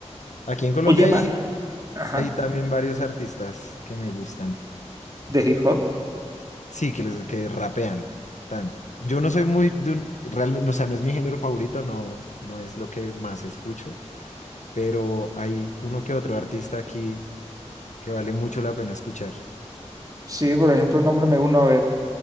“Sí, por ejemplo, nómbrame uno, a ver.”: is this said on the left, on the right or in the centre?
Right